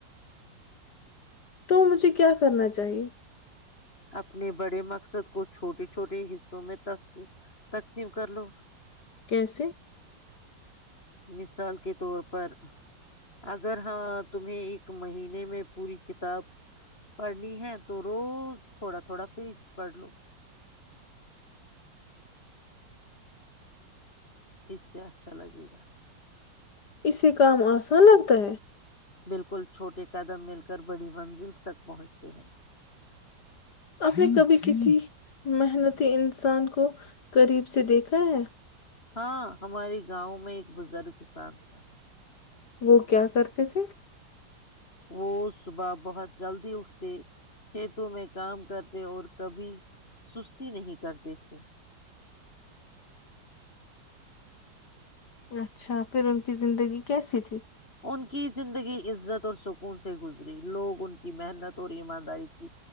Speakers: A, on the left (about 60°); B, on the left (about 30°).
A: تو مجھے کیا کرنا چاہیے
B: اپنے بڑے مقصد کو چھوٹے چھوٹے حصوں میں ت تقسیم کر لو
A: کیسے
B: مثال کے طور پر اگر ہاں تمہیں ایک مہینے میں پوری کتاب پڑھنی ہے تو روز تھوڑا تھوڑا فیس پڑھ لو اس سے اچھا لگے گا
A: اسسی کام آنا لگتا ہے
B: بالکل چھوٹے قدم مل کر بڑی منزل تک پہنچتے ہیں
A: آ نے کبھی کسی محنتی انسان کو قریب سے دیکھا ہے
B: ہاں ہمارے گاؤں میں ایک بزرگ کسان تھا
A: وہ کیا کرتے تھے
B: وہ صبح بہت جلدی اٹھ کھیتوں میں کام کرتے اور کبھی سستی نہیں کرتے تھے
A: اچھا پھر ان کی زندگی کیسی تھی
B: ان کی زندگی عزت اور سکون سے گزری لوگ ان کی محنت اور ایمانداری کی